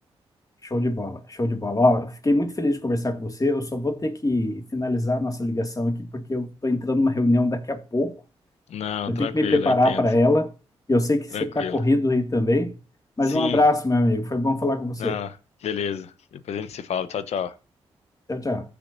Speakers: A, on the left (about 30°); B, on the left (about 75°).
A: show de bola, show de bola. Ó, eu fiquei muito feliz de conversar com você. Eu só vou ter que finalizar a nossa ligação aqui, porque eu estou entrando numa reunião daqui a pouco.
B: Não,
A: Eu
B: tranquilo,
A: tenho que me preparar
B: eu entendo.
A: para ela. E eu sei que você
B: Tranquilo.
A: está corrido aí também. Mas
B: Sim,
A: um abraço, meu amigo. Foi bom falar com você.
B: não, beleza. Depois a gente se fala. Tchau, tchau.
A: Tchau, tchau.